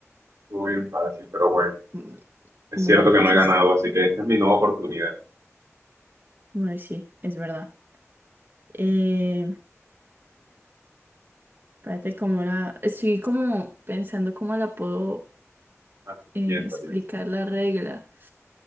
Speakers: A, on the right; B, on the right.
A: estuvo bien fácil, pero bueno,
B: Mm,
A: es
B: Bueno,
A: cierto que
B: eso
A: no he ganado,
B: es,
A: así que esta es mi nueva oportunidad.
B: bueno, sí, es verdad. Eh, espérate, cómo la, estoy como pensando cómo la puedo
A: Ah,
B: eh,
A: piensa,
B: explicar
A: piensa.
B: la regla.